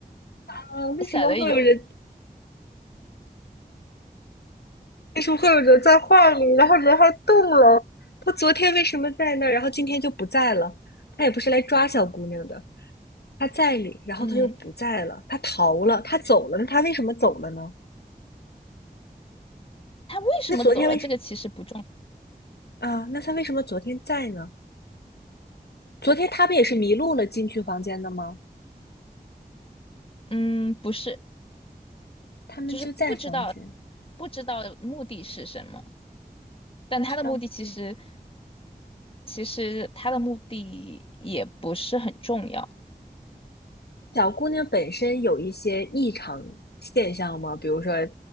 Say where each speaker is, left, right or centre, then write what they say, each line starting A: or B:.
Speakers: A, on the left; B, on the left.
A: 啊，为什么会有人？
B: 想的有，
A: 为什么会有人在画里，然后人还动了？他昨天为什么在那儿，然后今天就不在了？他也不是来抓小姑娘的。他在里，然后他又不在了，
B: 嗯，
A: 他逃了，他走了，那他为什么走了呢？
B: 他为什么走了？
A: 那昨天为什
B: 这个其实不重，
A: 啊？那他为什么昨天在呢？昨天他不也是迷路了进去房间的吗？
B: 嗯，不是，
A: 他们就在房间，
B: 就是不知道不知道目的是什么。但他的目的其实，
A: 知道不对。
B: 其实他的目的也不是很重要。
A: 小姑娘本身有一些异常现象吗？比如说